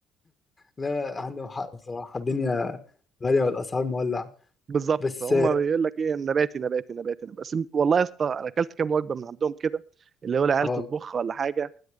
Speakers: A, on the left; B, on the right.
A: لا عندهم حق بصراحه الدنيا غاليه والاسعار مولعه
B: بالظبط
A: بس
B: فهم بيقول لك ايه نباتي نباتي نباتي نباتي. بس والله يا اسطى انا اكلت كام وجبه من عندهم كده اللي هو العيال
A: اه
B: تطبخها ولا حاجه